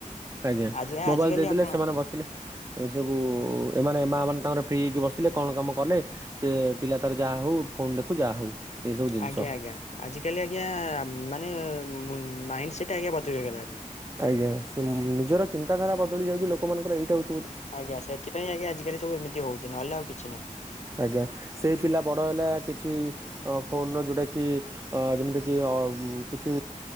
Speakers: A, on the right (about 20°); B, on the left (about 55°).
A: ଆଜ୍ଞା।
B: ଆଜି
A: ମୋବାଇଲ
B: ଆଜିକାଲି
A: ଦେଇଦେଲେ
B: ଆପଣ
A: ସେମାନେ ବସିଲେ। ଏସବୁ ଏମାନେ ମା ମାନେ ତାଙ୍କର ଫ୍ରି ହେଇକି ବସିଲେ, କଣ କାମ କଲେ ସେ ପିଲା ତାର ଯାହା ହଉ ଫୋନ୍ ଦେଖୁ ଯାହା ହଉ। ଏଇ ସବୁ ଜିନିଷ
B: ଆଜ୍ଞା ଆଜ୍ଞା। ଆଜି କାଲି ଆଜ୍ଞା ମାନେ ମାଇଣ୍ଡ ସେଟ୍ ଆଜ୍ଞା ବଦଳି ଗଲାଣି।
A: ଆଜ୍ଞା। ନିଜର ଚିନ୍ତାଧାରା ବଦଳି ଯାଉଚି ଲୋକମାନଙ୍କର ଏଇଟା ହଉଚି
B: ଆଜ୍ଞା। ସେଥିପାଇଁ ଆଜ୍ଞା ଆଜି କାଲି ସବୁ ଏମିତି ହଉଚି ନହେଲେ ଆଉ କିଛି ନାଇଁ।
A: ଆଜ୍ଞା। ସେଇ ପିଲା ବଡ ହେଲା କିଛି ଫୋନ୍ ର ଯୋଉଟା କି ଅ ଯେମିତିକି କିଛି